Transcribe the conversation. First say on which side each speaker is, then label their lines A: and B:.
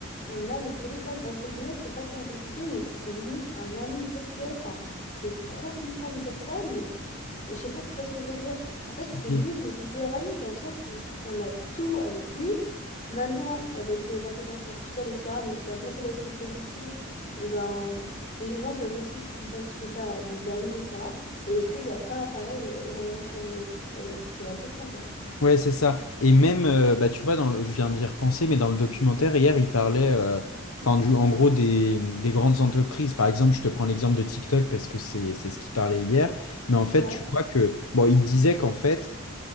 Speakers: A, on the left; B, on the left.
A: on a notre téléphone. Entre guillemets, je sais pas comment t'expliquer, mais c'est limite un ami virtuel. Enfin, c'est trop flippant de dire ça, mais je sais pas si tu vois ce que je veux dire. En fait,
B: si,
A: c'est
B: si.
A: limite notre meilleur ami dans le sens où on a tout avec lui. Maintenant, avec euh, l'intelligence artificielle, etc., même s'il y a beaucoup d'aspects positifs, et ben, les gens peuvent aussi identifier ça à des amis, etc. Et est-ce qu'il n'y a pas, pareil, euh, énormément de points négatifs? euh, c'est la question, quoi.
B: Ouais, c'est ça. Et même, euh, bah, tu vois, dans le- je viens d'y repenser, mais dans le documentaire, hier, il parlait, euh, enfin, du, en gros, des, des grandes entreprises. Par exemple, je te prends l'exemple de TikTok parce que c'est, c'est ce qu'il parlait hier. Mais en fait,
A: Ouais,
B: tu vois que, bon, il disait qu'en fait,